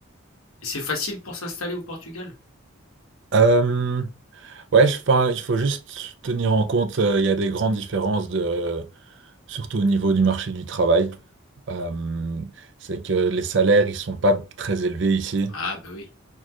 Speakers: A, on the left; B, on the right.
A: Et c'est facile pour s'installer au Portugal?
B: Euh, Ouais, je- enfin, il faut juste tenir en compte, euh, il y a des grandes différences de, surtout au niveau du marché du travail. Euh, c'est que les salaires, ils sont pas très élevés ici,
A: Ah bah oui.